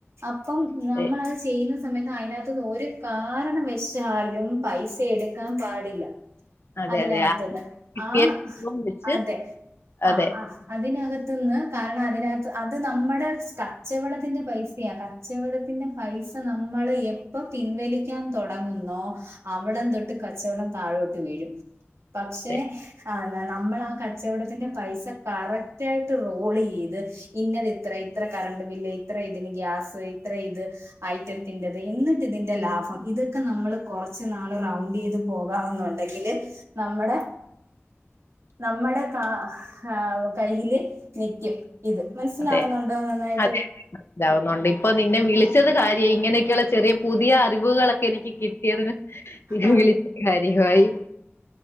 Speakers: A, on the right; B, on the left.
A: അപ്പം
B: അതെ.
A: നമ്മളത് ചെ ചെയ്യുന്ന സമയത്ത് അയിനാത്തൂന്നൊര് കാരണവശാലും പൈസ എടുക്കാൻ പാടില്ല
B: അതെ,
A: അതിനകത്ത്ന്ന്
B: അതെ. ആ കിട്ടിയ
A: ആഹ്
B: സംഭവം വെച്ച്
A: അതെ
B: അതെ,
A: അഹ് അഹ് അതിനകത്ത്ന്ന് കാരണം അ അതിനകത്ത് അത് നമ്മടെ സ് കച്ചവടത്തിന്റെ പൈസയാ കച്ചവടത്തിന്റെ പൈസ നമ്മള് എ പ്പൊ പിൻവലിക്കാൻ തൊടങ്ങുന്നോ അവിടം തൊട്ട് കച്ചവടം താഴോട്ട് വീഴും പക്ഷെ
B: അതെ,
A: അഹ് ന നമ്മളാ ക കച്ചവടത്തിന്റെ പൈസ കറക്റ്റായിട്ട് റോളെയ്ത് ഇന്നത് ഇത്ര ഇത്ര കറണ്ട് ബില്ല് ഇത്ര ഇതിന് ഗ്യാസ് ഇത്ര ഇത് ഐറ്റത്തിന്റത് എന്നിട്ടിതിന്റെ ലാഭം ഇതൊക്കെ നമ്മള് കുറച്ച് നാള് റൗണ്ടെയ്ത് പോകാവുന്നു ണ്ടെങ്കില് നമ്മടെ നമ്മടെ കാ ആവു കയ്യില് നിക്കും ഇത് മനസ്സിലാവുന്നുണ്ടോ
B: അതെ,
A: നന്നായിട്ട്
B: അതെ. ഇതാവുന്നുണ്ട് ഇപ്പൊ നിന്നെ വിളിച്ചത് കാര്യായി ഇങ്ങനെയൊക്കെയുള്ള ചെറിയ പുതിയ അറിവുകളൊക്കെ എനിക്ക് കിട്ടിയതിന് ങ്ഹ്
A: ആഹ്
B: വിളിച്ചിട്ട് കാര്യവായി